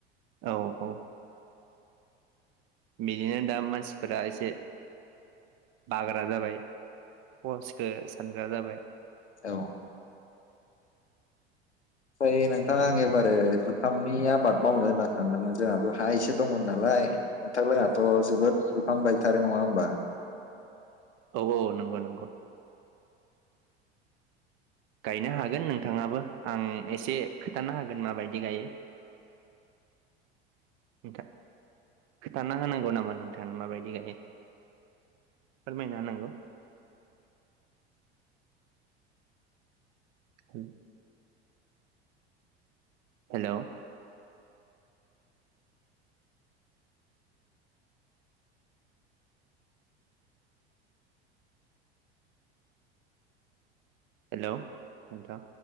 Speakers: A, on the right (about 40°); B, on the left (about 80°).
A: औ औ बिदिनो दा मानसिफोरा एसे बाग्रा जाबाय अस <inaudible> सानग्रा जाबाय
B: औ ओमफ्राय नोंथां आं एबारो जुखामनि आबाद मावनो होनना सानदोंमोन जोंहाबो हा एसे दंमोन नालाय नोंथां लोंहाथ जोबोद जुखाम गायथारो नङा होमबा
A: औ औ औ नंगौ नंगौ गायनो हागोन नोंथाङाबो आं एसे खोथानो हागोन माबायदि गायो नोंथां खिथान होनांगौ नामा नोंथाङा माबायदि गायो फोरमायना होनांगौ औ हेलौ हेलौ नों